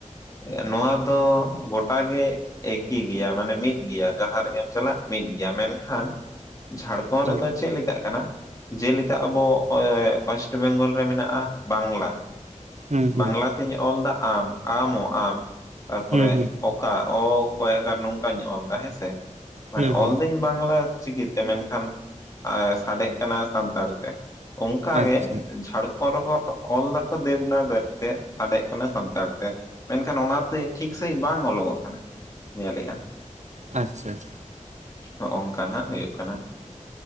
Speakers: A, on the left; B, on the right.
A: ᱮ ᱱᱚᱣᱟ ᱛᱚ ᱜᱚᱴᱟ ᱜᱮ ᱮᱠᱤ ᱜᱮᱭᱟ ᱢᱟᱱᱮ ᱢᱤᱫ ᱜᱮᱭᱟ ᱡᱟᱸᱦᱟ ᱨᱮᱜᱮᱢ ᱪᱟᱞᱟᱜ ᱢᱤᱫ ᱜᱮᱭᱟ ᱢᱮᱱ ᱠᱷᱟᱱ ᱡᱷᱟᱲᱠᱷᱚᱸᱰ
B: ᱦᱩᱸ
A: ᱨᱮᱫᱚ ᱪᱮᱫ ᱞᱮᱠᱟᱜ ᱠᱟᱱᱟ ᱡᱮᱞᱮᱠᱟ ᱟᱵᱚ ᱮ ᱚᱭᱮᱥ ᱭᱮᱥᱴ ᱵᱮᱝᱜᱚᱞ ᱨᱮ ᱢᱮᱱᱟᱜᱼᱟ ᱵᱟᱝᱞᱟ
B: ᱦᱩᱸ
A: ᱵᱟᱝᱞᱟ ᱛᱤᱧ ᱚᱞ ᱫᱟ ᱟᱢ ᱟᱢᱚ ᱟᱢ ᱛᱟᱨᱯᱚᱨᱮ
B: ᱦᱩᱸ ᱦᱩᱸ
A: ᱚᱠᱟ ᱚ ᱠᱚᱭᱟ ᱟᱠᱟᱨ ᱱᱚᱝᱠᱟᱧ ᱚᱞ ᱫᱟ ᱦᱮᱸᱥᱮ ᱾ ᱢᱟᱱᱮ
B: ᱦᱩᱸ ᱦᱩᱸ
A: ᱚᱞᱫᱤᱧ ᱵᱟᱝᱞᱟ ᱪᱤᱠᱤᱛᱮ ᱢᱮᱱᱠᱷᱟᱱ ᱟ ᱥᱟᱰᱮᱜ ᱠᱟᱱᱟ ᱥᱟᱱᱛᱟᱲᱤ ᱛᱮ, ᱚᱝᱠᱟ
B: ᱟᱪᱪᱷᱟ
A: ᱜᱮ ᱡᱷᱟᱲᱠᱷᱚᱸᱰ ᱨᱮᱸᱦᱚ ᱚ ᱚᱞ ᱫᱟᱠᱚ ᱫᱮᱵᱽᱱᱟᱜᱟᱨᱤ ᱛᱮ ᱥᱟᱰᱮᱜ ᱠᱟᱱᱟ ᱥᱟᱱᱛᱟᱲ ᱛᱮ ᱾ ᱢᱮᱱᱠᱷᱟᱱ ᱚᱱᱟᱛᱮ ᱴᱷᱤᱠ ᱥᱟᱹᱦᱤᱡ ᱵᱟᱝ ᱚᱞᱚᱜᱚᱜ ᱠᱟᱱᱟ ᱧᱮᱞᱮᱜᱼᱟ᱾
B: ᱟᱪᱪᱷᱟ ᱾
A: ᱦᱚᱜᱼᱚᱝᱠᱟ ᱱᱟᱜ ᱦᱩᱭᱩᱜ ᱠᱟᱱᱟ᱾